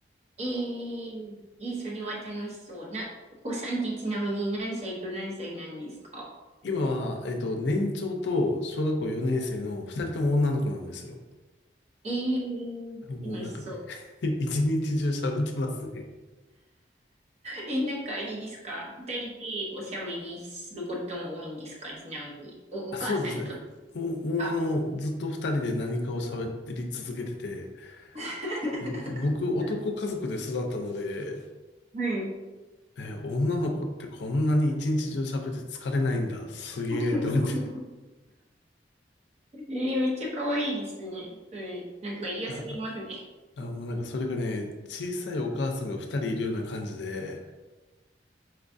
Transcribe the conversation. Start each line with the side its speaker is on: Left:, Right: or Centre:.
Right: ええー、えー、それは楽しそう。な、お子さんってちなみに何歳と何歳なんですか
Left: 今は、えっと、年長と小学校4年生の二人とも女の子なんですよ。
Right: えー、
Left: もうなんかね
Right: 楽しそう。
Left: <laughs> 一日中喋ってますね。
Right: え、なんかあれですか二人でおしゃべりすることも多いんですかちなみに。お、
Left: あ、
Right: お母さんと、
Left: そうですね。もう、
Right: あ、
Left: もうあの、ずっと二人で何かを喋り続けてて、
Right: <laughs>
Left: でも僕、男家族で育ったので、
Right: はい。
Left: え、女の子ってこんなに一日中喋って疲れないんだ。すげえ、
Right: <laughs>
Left: と思って。
Right: えー、めっちゃ可愛いですね。うん、なんか癒されますね。
Left: あ、あ、もうなんかそれがね、小さいお母さんが二人いるような感じで、